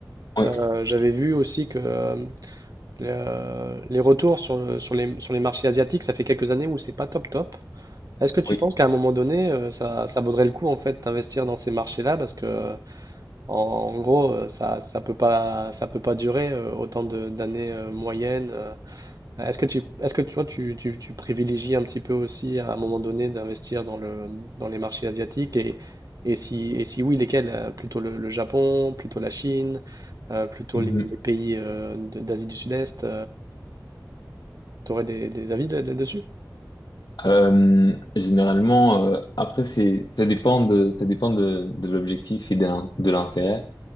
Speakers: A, on the left; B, on the right.
A: Oui,
B: Euh, j'avais vu aussi que euh, le- les retours sur, le- sur les, sur les marchés asiatiques, ça fait quelques années où c'est pas top top. Est-ce que tu
A: oui.
B: penses qu'à un moment donné, euh, ça, ça vaudrait le coup en fait d'investir dans ces marchés-là parce que en, en gros, euh, ça, ça peut pas, ça peut pas durer euh, autant de- d'années euh, moyennes. euh, Euh, Est-ce que tu, est-ce que toi, tu, tu, tu privilégies un petit peu aussi à un moment donné d'investir dans le, dans les marchés asiatiques et, et si, et si oui, lesquels? euh, Plutôt le, le Japon, plutôt la Chine, euh, plutôt
A: Mhm.
B: les, les pays euh, de- d'Asie du Sud-Est. tu aurais des, des avis là- là-dessus?
A: Euh, généralement, euh, après, c'est, ça dépend de, ça dépend de, de l'objectif et de l'in- de l'intérêt.